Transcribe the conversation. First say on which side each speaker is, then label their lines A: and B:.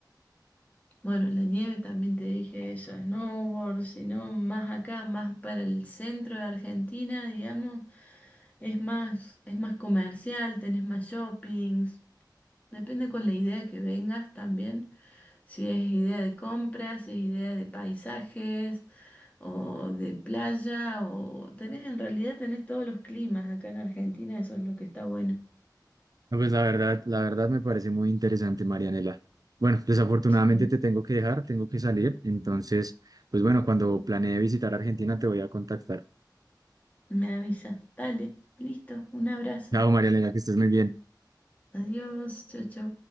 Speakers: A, on the left (about 20°); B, on the right (about 55°).
A: bueno, en la nieve también te dije eso, snowboard, sino más acá, más para el centro de Argentina, digamos, es más, es más comercial, tenés más shoppings. Depende con la idea que vengas también, si es idea de compras, si es idea de paisajes o de playa, o tenés, en realidad tenés todos los climas acá en Argentina, eso es lo que está bueno.
B: No, pues la verdad, la verdad me parece muy interesante, Marianela. Bueno, desafortunadamente
A: sí
B: te tengo que dejar, tengo que salir. Entonces, pues bueno, cuando planee visitar Argentina te voy a contactar.
A: Me avisas. Dale, listo. Un abrazo.
B: Chao, María Elena, que estés muy bien.
A: Adiós. Chau, chau.